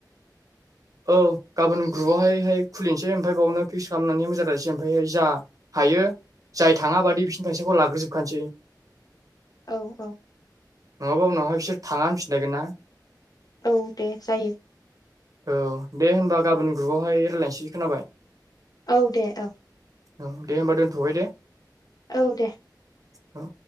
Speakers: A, on the right; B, on the left.
A: औ गाबोन ग्रुबावहायहाय खुलिनसै ओमफाय बावनो फिक्स खालामनानै मोजाङै रायलायनसै। ओमफायहाय जा हायो जाय थाङा बादि बिसिनि फायसाखौ लाग्रो जोबखानसै।
B: औ औ
A: नङाबा उनावहाय बिसोर थाङा होनफिनलायगोन ना।
B: औ दे जायो।
A: औ दे होनबा गाबोन ग्रुबावहाय रायलायनसै। खोनाबाय?
B: औ दे औ।
A: ओं दे होमबा दोनथ'बाय दे।
B: औ दे।
A: औ